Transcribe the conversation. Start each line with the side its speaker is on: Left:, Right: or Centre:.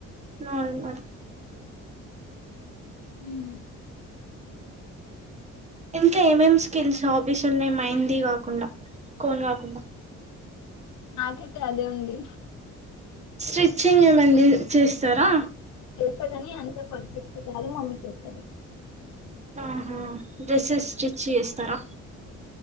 Right: నా <unintelligible>
Left: ఉమ్.
Right: ఇంకేమేం స్కిల్స్ హాబీస్ ఉన్నయ్ మెయింది కాకుండా కోన్ కాకుండా.
Left: నాకైతే అదే ఉంది.
Right: స్ట్రీచ్చింగ్ ఏమండి చేస్తరా
Left: చేస్తగని అంత పర్ఫెక్ట్ కాదు మమ్మీ చేస్తది
Right: ఆహా డ్రెస్సెస్ స్టిచ్ చేస్తరా